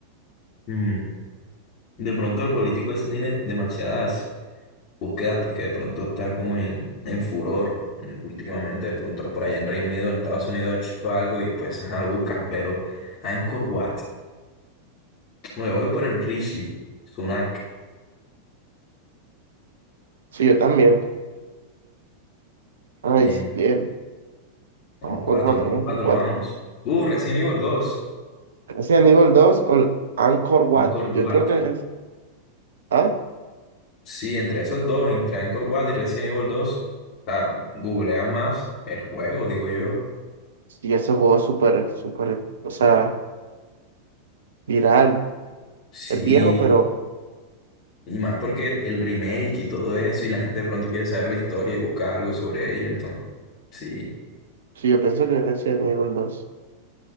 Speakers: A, on the left; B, on the right.
A: Mm, De pronto el político ese tiene demasiadas búsquedas porque de pronto está como en, en furor. Mm, Últimamente, de pronto por allá en Reino Unido, en Estados Unidos ha hecho algo y pues ajá, lo buscan. Pero Anchor Wat. Me voy por el Rishi. Sunak.
B: Sí, yo también. Ay,
A: Bien.
B: bien.
A: Vamos
B: Vamos
A: cuatro,
B: por cuatro,
A: vamos
B: vamos
A: cuatro,
B: por cuatro.
A: vamos. Uh, Resident Evil dos
B: Resident Evil dos o el Angkor Wat.
A: Anchor
B: Yo
A: Wat.
B: creo que es. Ah,
A: Sí, entre esos dos, entre Anchor Wat y Resident Evil Dos, ah, googlean más el juego, digo yo.
B: sí, ese juego es súper, súper, o sea, viral.
A: Sí,
B: Es viejo, pero
A: y más porque el remake y todo eso, y la gente de pronto quiere saber la historia y busca algo sobre ello, entonces, sí.
B: sí, yo pienso que es Resident Evil dos